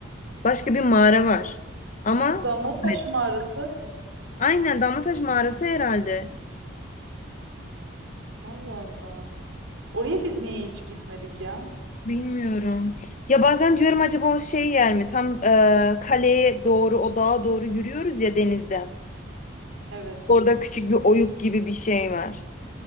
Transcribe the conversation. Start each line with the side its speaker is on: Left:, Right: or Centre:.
Left: Başka bir mağara var. Ama
Right: Damlataş
Left: Evet.
Right: mağarası.
Left: aynen Damlataş mağarası herhalde.
Right: Allah Allah. Oraya biz niye hiç gitmedik ya?
Left: Bilmiyorum. Ya bazen diyorum acaba o şey yer mi? Tam e, kaleye doğru o dağa doğru yürüyoruz ya denizde.
Right: Evet.
Left: Orada küçük bir oyuk gibi bir şey var.